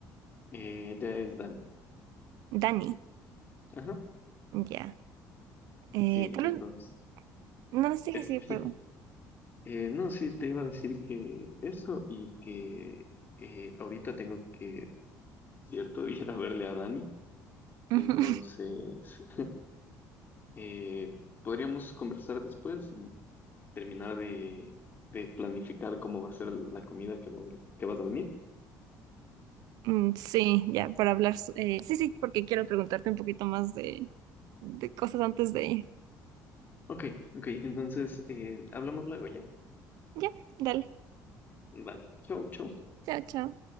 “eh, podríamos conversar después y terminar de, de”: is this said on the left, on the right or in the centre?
Left